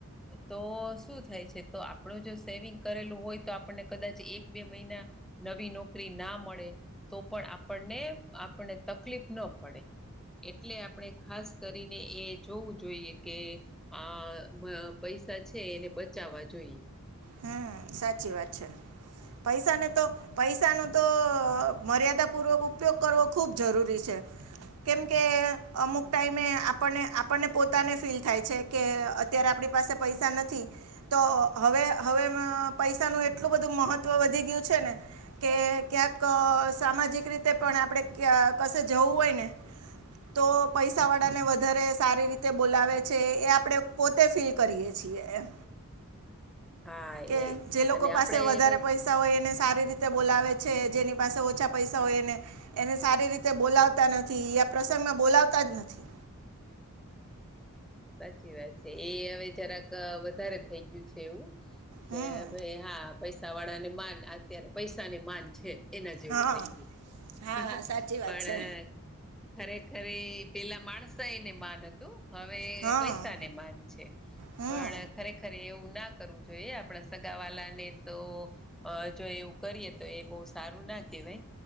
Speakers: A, in the centre; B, on the right.
A: તો શું થાય છે તો આપણો જો સેવિંગ કરેલું હોય તો આપણને કદાચ એક બે મહિના નવી નોકરી ના મળે તો પણ આપણને આપણને તકલીફ ન પડે એટલે આપણે ખાસ કરીને એ જોવું જોઈએ કે આ પૈસા છે એને બચાવવા જોઈએ.
B: હમ સાચી વાત છે પૈસાને તો પૈસાનો તો મર્યાદા પૂર્વક ઉપયોગ કરવો ખૂબ જરૂરી છે. કેમ કે અમુક ટાઈમે આપને આપણને પોતાને ફીલ થાય છે. કે અત્યારે આપણી પાસે પૈસા નથી તો હવે- - હવે પૈસાનું એટલું બધું મહત્વ વધી ગયું છેને. કે ક્યાંક સામાજિક રીતે પણ આપણે કશે જવું હોય ને તો પૈસાવાળાને વધારે સારી રીતે બોલાવે છે એ આપણે પોતે ફીલ કરીએ છીએ એમ
A: હા
B: કે
A: એજ
B: જે લોકો
A: અને
B: પાસે
A: આપડે
B: વધારે
A: બસ
B: પૈસા પૈસા હોય એને સારી રીતે બોલાવે છે જેની પાસે ઓછા પૈસા હોય એને એને સારી રીતે બોલાવતા નથી યા પ્રસંગમાં બોલાવતા જ નથી.
A: હા સાચી વાત છે એ હવે જરાક વધારે થઈ ગયું છે એવુ કે
B: હમ
A: ભાઈ હા પૈસા વાળા ની માન અત્યારે પૈસાની માન છે એના જેવું
B: હા
A: થઈ ગયુ,
B: હા
A: પણ
B: સાચી વાત છે
A: ખરેખર પેલા માણસ એને માન હતુ. હવે
B: હા
A: પૈસાને માન છે
B: હમ
A: પણ ખરેખર એવું ના કરવું જોઈએ આપણે સગા વાલાને તો જો એવું કરીએ તો એ બહ સારું ના કહેવાય